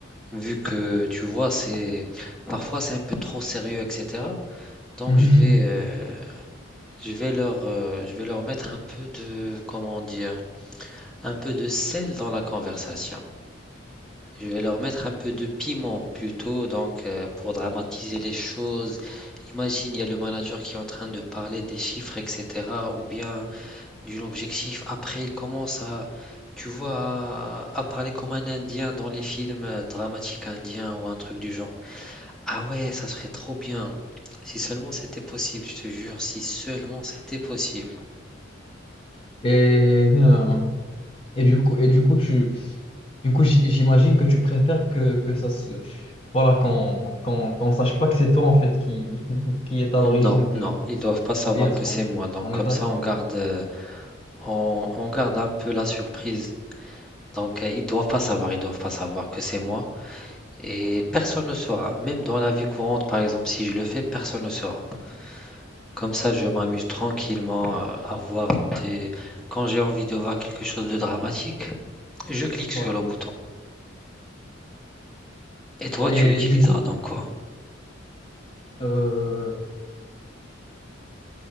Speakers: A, in the centre; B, on the left (about 30°).
A: vu que tu vois, c'est parfois c'est un peu trop sérieux, etc. Donc
B: <laughs>
A: je vais, euh, je vais leur, euh, je vais leur mettre un peu de, comment dire, un peu de sel dans la conversation. Je vais leur mettre un peu de piment plutôt, donc euh, pour dramatiser les choses. Imagine, il y a le manager qui est en train de parler des chiffres, etc., ou bien d'un objectif. Après, il commence à, tu vois, à, à parler comme un Indien dans les films euh, dramatiques indiens ou un truc du genre. Ah ouais, ça serait trop bien. Si seulement c'était possible, je te jure, si seulement c'était possible.
B: Et euh, Et du coup, et du coup, tu, du coup, j- j'imagine que tu préfères que, que ça se, voilà, qu'on, qu'on, qu'on sache pas que c'est toi, en fait, qui, <laughs> qui est à
A: Non,
B: l'origine
A: non,
B: de,
A: ils doivent pas savoir
B: bien sûr,
A: que c'est
B: on est,
A: moi. Donc
B: on
A: comme
B: est d'accord.
A: ça, on garde, euh, on, on garde un peu la surprise. Donc euh, ils doivent pas savoir, ils doivent pas savoir que c'est moi. Et personne ne saura. Même dans la vie courante, par exemple, si je le fais, personne ne saura. Comme ça, je m'amuse tranquillement euh, à voir des... Quand j'ai envie de voir quelque chose de dramatique, je clique sur
B: Ouais.
A: le bouton. Et toi,
B: Et
A: tu l'utiliseras
B: du coup,
A: dans quoi?
B: euh,